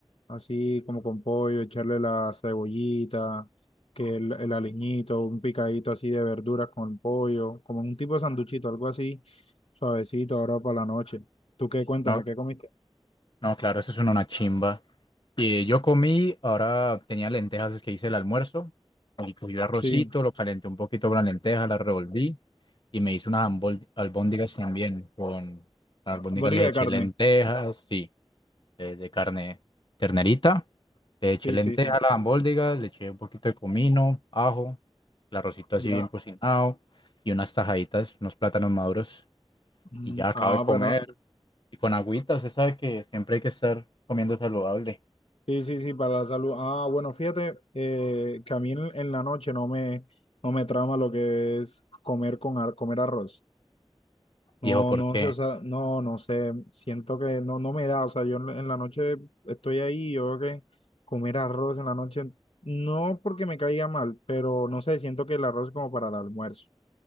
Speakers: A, on the left; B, on the left.
A: así como con pollo, echarle la cebollita, que el, el aliñito, un picadito así de verduras con pollo, como un tipo de sanduchito, algo así, suavecito ahora para la noche. ¿Tú qué? Cuéntame,
B: No,
A: ¿qué comiste?
B: no, claro, eso es una, chimba. Y eh, yo comí, ahora tenía lentejas es que hice el almuerzo. Y cogí el arrocito,
A: Sí,
B: lo calenté un poquito con la lenteja, la revolví y me hice unas ambol- albóndigas también. Con las albóndigas
A: bondiga
B: les
A: de
B: eché
A: carne.
B: lentejas, sí. de, de carne ternerita. Le eché
A: Sí,
B: lenteja
A: sí, sí. sí.
B: a la albóndiga, le eché un poquito de comino, ajo, el arrocito así
A: Ya,
B: bien cocinado y unas tajaditas, unos plátanos maduros.
A: Mm,
B: Y ya acabo
A: Ah,
B: de comer.
A: pero
B: Y con agüita, usted sabe que siempre hay que estar comiendo saludable.
A: sí, sí, sí, para la salud. Ah, bueno, fíjate eh, que a mí en, en la noche no me, no me trama lo que es comer con ar- comer arroz. No,
B: Viejo, porque,
A: no sé, o sea, no, no sé, siento que no, no me da, o sea, yo en, la en la noche estoy ahí, yo creo que comer arroz en la noche, no porque me caiga mal, pero no sé, siento que el arroz es como para el almuerzo.